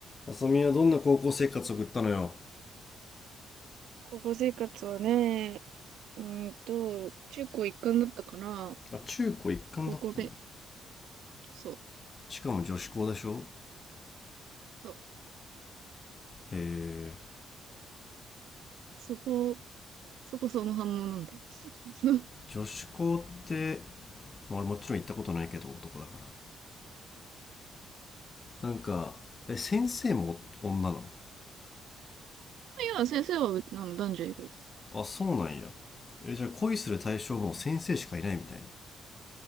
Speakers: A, on the left; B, on the right.
A: あさみはどんな高校生活を送ったのよ。
B: 高校生活はね、うーんと、中高一貫だったから、
A: あ、中高一貫だった。
B: 高校で、そう、
A: しかも女子校でしょ
B: そう、
A: へえ。
B: そこ、そこその反応なんだ。<laughs>
A: 女子校って、まあ、俺もちろん行ったことないけど男だから。なんか、え、先生も女なの
B: いや、先生は、あの、男女いる。
A: あ、そうなんや。え、じゃあ恋する対象も先生しかいないみたいな。